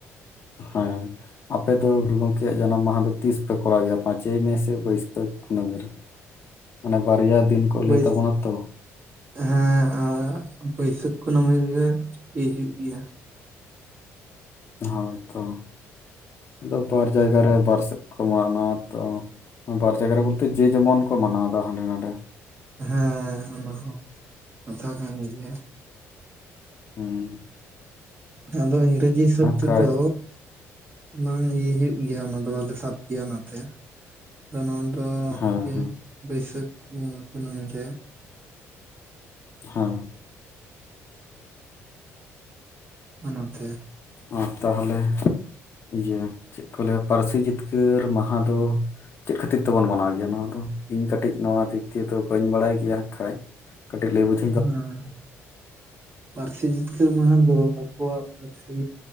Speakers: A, on the left; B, on the right.
A: ᱦᱮᱸ, ᱟᱯᱮ ᱫᱚ ᱜᱩᱨᱩ ᱜᱚᱢᱠᱮᱭᱟᱜ ᱡᱟᱱᱟᱢ ᱢᱟᱦᱟ ᱫᱚ ᱛᱤᱥ ᱯᱮ ᱠᱚᱨᱟᱣ ᱜᱮᱭᱟ? ᱯᱟᱸᱪᱮᱭ ᱢᱮ ᱥᱮ ᱵᱟᱹᱭᱥᱟᱹᱠᱷ ᱠᱩᱱᱟᱹᱢᱤ ᱨᱮ? ᱢᱟᱱᱮ ᱵᱟᱨᱭᱟ ᱫᱤᱱ ᱠᱚ ᱞᱟᱹᱭ
B: ᱵᱟᱹᱭ
A: ᱛᱟᱵᱚᱱᱟ ᱛᱚ᱾
B: ᱦᱮᱸ ᱟᱨ ᱵᱟᱹᱭᱥᱟᱹᱠᱷ ᱠᱩᱱᱟᱹᱢᱤ ᱨᱮᱜᱮ ᱦᱤᱡᱩᱜ ᱜᱮᱭᱟ᱾
A: ᱦᱳᱭᱛᱚ, ᱟᱫᱚ ᱵᱟᱨ ᱡᱟᱭᱜᱟ ᱨᱮ ᱵᱟᱨ ᱥᱮᱫ ᱠᱚ ᱢᱟᱱᱟᱣ ᱟᱛᱚ᱾ ᱵᱟᱨ ᱡᱟᱭᱜᱟ ᱨᱮ ᱵᱚᱞᱛᱮ ᱡᱮ ᱡᱮᱢᱚᱱ ᱠᱚ ᱢᱟᱱᱟᱣ ᱮᱫᱟ ᱦᱟᱸᱰᱮ ᱱᱟᱰᱮ᱾
B: ᱦᱮᱸ ᱚᱱᱟ ᱦᱚᱸ ᱠᱟᱛᱷᱟ ᱠᱟᱱ ᱜᱮᱭᱟ᱾
A: ᱦᱮᱸ
B: ᱟᱫᱚ ᱤᱝᱨᱮᱡᱤ ᱦᱤᱥᱟᱹᱵᱽ ᱛᱮ
A: ᱠᱷᱟᱡ
B: ᱫᱚ ᱵᱟᱝ ᱤᱭᱟᱹ ᱦᱩᱭᱩᱜ ᱜᱮᱭᱟ ᱚᱱᱟ ᱫᱚ ᱵᱟᱞᱮ ᱥᱟᱵ ᱜᱮᱭᱟ ᱚᱱᱟᱛᱮ ᱟᱫᱚ ᱛᱚ
A: ᱦᱮᱸ
B: ᱤᱭᱟᱹ
A: ᱦᱮᱸ
B: ᱵᱟᱹᱭᱥᱟᱹᱠ ᱠᱩᱱᱟᱹᱢᱤ ᱛᱮ᱾
A: ᱦᱮᱸ
B: ᱚᱱᱟ ᱛᱮ,
A: ᱟᱨ ᱛᱟᱦᱚᱞᱮ, ᱤᱭᱟᱹ ᱪᱮᱫ ᱠᱚ ᱞᱟᱹᱭᱟ ᱯᱟᱹᱨᱥᱤ ᱡᱤᱛᱠᱟᱹᱨ ᱢᱟᱦᱟ ᱫᱚ ᱪᱮᱫ ᱠᱷᱟᱹᱛᱤᱨ ᱛᱮᱵᱚᱱ ᱢᱟᱱᱟᱣ ᱜᱮᱭᱟ ᱱᱚᱣᱟ ᱫᱚ᱾ ᱤᱧ ᱠᱟᱹᱴᱤᱡ ᱱᱚᱣᱟ ᱫᱤᱠ ᱫᱤᱭᱮ ᱫᱚ ᱵᱟᱹᱧ ᱵᱟᱲᱟᱭ ᱜᱮᱭᱟ ᱠᱷᱟᱡ᱾ ᱠᱟᱹᱴᱤᱡ ᱞᱮᱭ ᱵᱩᱪᱷ
B: ᱦᱮᱸ, ᱯᱟᱹᱨᱥᱤ ᱡᱤᱛᱠᱟᱹᱨ ᱢᱟᱦᱟ ᱫᱚ ᱟᱠᱚᱣᱟᱜ ᱯᱟᱹᱨᱥᱤ,